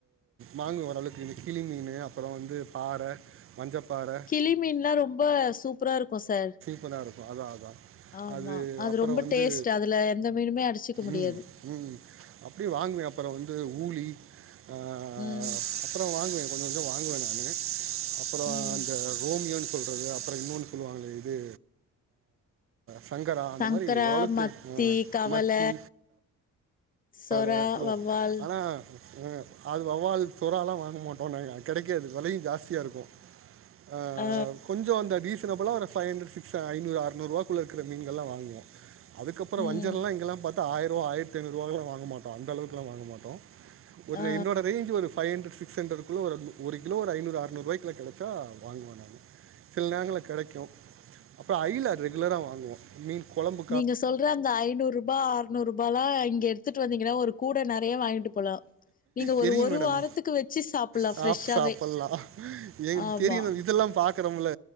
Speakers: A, on the right; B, on the left.
A: வாங்குவ ஒர் அளவுக்கு இந்த கிளி மீனு அப்புறம் வந்து பாற மஞ்சப்பாறை
B: கிளி மீன்லா ரொம்ப சூப்பரா இருக்கும் சார்
A: சூப்பரா இருப்பா அதா அதா
B: ஆமா
A: அது அப்புறோ
B: ரொம்ப
A: வந்து
B: டேஸ்ட் அதுல எந்த மீனுமே அடிச்சுக்க முடியாது
A: உம் உம் அப்படியே வாங்குவே அப்பற வந்து ஊலி ஆ
B: ம்
A: அப்பறோ வாங்குவே கொஞ்சோ கொஞ்சோ வாங்குவே நானு அப்புளோ
B: ம்
A: அந்த ரோமியோன்னு சொல்றது இன்னோ அப்புறம் இன்னொன்னு சொல்லுவாங்களே இது சங்கரா அந்த
B: சங்கரா
A: மாகறலஓரளவுக்கு
B: மத்தி கவல
A: மத்தி
B: சொறா
A: அவல <unintelligible>
B: வவ்வால்
A: ஆனா அங்க அது வவ்வால் சுறால்லா வாங்க மாட்டோ நினைக்கே கிடைக்காது விலையு ஜாஸ்தியா இருக்கும் அ
B: ஆ
A: கொஞ்சோ அந்த டீசன் அபுலா ஒரு ஃபைவ் ஹண்ரட் சிக் ஸ் ஐநூறு ஆறுநூறுவாக்குள்ள இருக்கிற மீன்கள்ல்லா வாங்குவோ அதுக்கப்புறோ
B: ம்
A: வஞ்சிரல்லா இங்கல்லா பாத் தா ஆயரூவா ஆயிரத்தி ஐநூறுவாக்குல்லா வாங்க மாட்டோ அந்த அளவுக்கெல்லா வாங்க மாட்டோ ஒரு
B: ஆ
A: என்னோட ரேன்ச் ஒரு ஃபைவ் ஹண்ரட் சிக்ஸ் ஹண்ரட் இவ்ளோ ஒரு கிலோ ஒரு ஐநூறு ஆறுநூறு ரூவாய்க்குள்ள கெடைச்சா வாங்குவே நானு சில நேரங்கள்ல கெடைக்கு அப்ப ஐல ரெகுலரா வாங்குவோ மீன் கொழம்பு
B: நீங்க சொல்ற அந்த ஐநூறு ரூபா ஆறுநூறு ரூபால்லா இங்க எடுத்துட்டு வந்தீங்கன்னா ஒரு கூடை நறைய வாங்கிட்டு போலா நீங்க
A: தெரியு
B: ஒரு ஒரு
A: மேடம்
B: வாரத்துக்கு வச்சு சாப்புல்லா
A: சாப்
B: ஃப்ரெஷ்ஷாவே
A: சாப்பிட்லா எங்களுக்கு
B: ஆமா
A: தெரியு மேம் இதெல்லா பாக் கறமில்ல